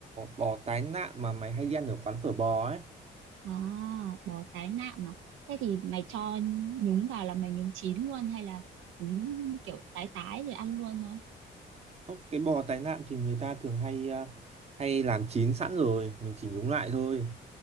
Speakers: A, on the right; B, on the right.
A: bò tái nạm mà mày hay đi ăn ở quán phở bò ấy.
B: À, bò tái nạm mà. Thế thì mày cho nhúng vào là mày nhúng chín luôn hay là nhúng kiểu tái tái rồi ăn luôn thôi?
A: Không, cái bò tái nạm thì người ta thường hay ờ, hay làm chín sẵn rồi, mình chỉ nhúng lại thôi.